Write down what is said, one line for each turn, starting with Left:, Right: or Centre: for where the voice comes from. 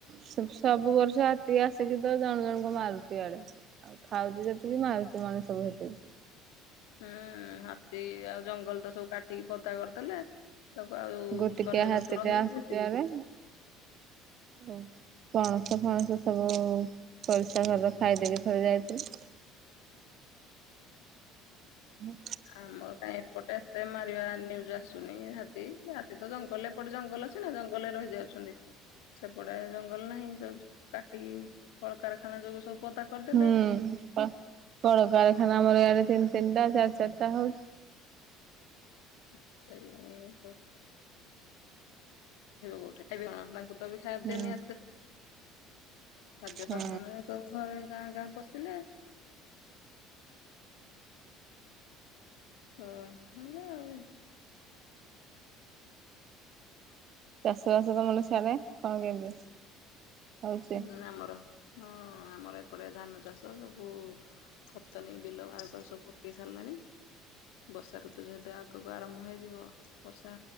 Right: ସବ୍ ସବୁ ବର୍ଷ ହାତୀ ଆସିକି ତ ଜଣ ଜଣଙ୍କୁ ମାରୁଚି ଆଡ଼େ। ଆଉ ଖାଉଚି ଯେତିକି ମାରୁଚି, ମଣିଷକୁ ସେତିକି।
Left: ହୁଁ ହାତୀ ଆଉ ଜଙ୍ଗଲ ତ ସବୁ କାଟିକି ପଦା କରିଦେଲେ। ତାକୁ ଆଉ
Right: ଗୋଟିକିଆ
Left: ବନ୍ୟଜନ୍ତୁ
Right: ହାତୀଟେ
Left: ରହିବେ
Right: ଆସୁଛି
Left: କୋଉଁଠି?
Right: <inaudible> ପଣସ-ଫଣସ ସବୁ ପରିସା ଘରର ଖାଇଦେବେ। ଥରେ ଯାଇଥିଲି। ହୁଁ।
Left: ଆମର କାଇହିଁ ଏପଟେ ଏତେ ମାରିବା ନିଉଜ ଆସୁନି ହାଥୀ ସେ ତ ଜଙ୍ଗଲରେ ଏପଟେ ଜଙ୍ଗଲ ଅଛି ନା ଜଙ୍ଗଲରେ ରହିଯାଉଛନ୍ତି। ସେପଡା ଜଙ୍ଗଲ ନାହିଁ ସବୁ କାଟିକି କଳକାରଖାନା ଯୋଗୁ ସବୁ ପଦା କରିଦେଲେ
Right: ହୁଁ ପା-କାରାରଖାନା ଆମର ଇଆଡେ ତିନି ତିନିଟା ଚାରି ଚାରିଟା ହଉଚି।
Left: <unintelligible> ଖାଦ୍ୟ ନିହାତି ଦରକାର
Right: ହୁଁ।
Left: ନା ଖାଦ୍ୟ
Right: ହୁଁ
Left: ସନ୍ଧାନରେ ସବୁ ଘରେ ଗାଁ ଗାଁ ପଶିଲେ ହୁଁ ହେଲେ ଆଉ
Right: ଚାଷବାସ ତ ମର ସିଆରେ କଣ କେମିତି? ହଉଛି?
Left: ହୁଁ ଆମର ହଁ ଆମର ଏପଟେ ଧାନ ଚାଷ ସବୁ ଖତନୀ ବିଲ ବାହାର କରି ସବୁ ପକେଇ ସାରିଲାଣି? ବର୍ଷା ଋତୁ ଯେହେତୁ ଆଗକୁ ଆରମ୍ଭ ହେଇଯିବ ବର୍ଷା